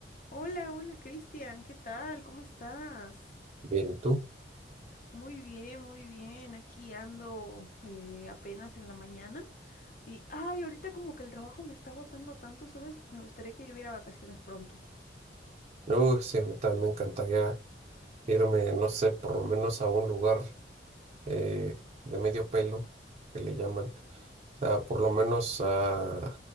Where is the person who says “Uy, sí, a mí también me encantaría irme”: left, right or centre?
Right